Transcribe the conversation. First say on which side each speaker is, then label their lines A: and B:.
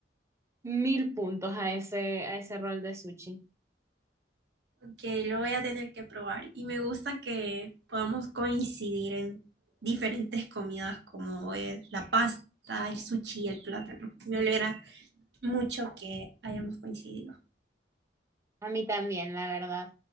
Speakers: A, on the right; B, on the right.
A: Mil puntos a ese, a ese rol de sushi.
B: que lo voy a tener que probar. Y me gusta que podamos coincidir en diferentes comidas como es la pasta, el sushi, el plátano. Me alegra mucho que hayamos coincidido.
A: A mí también, la verdad.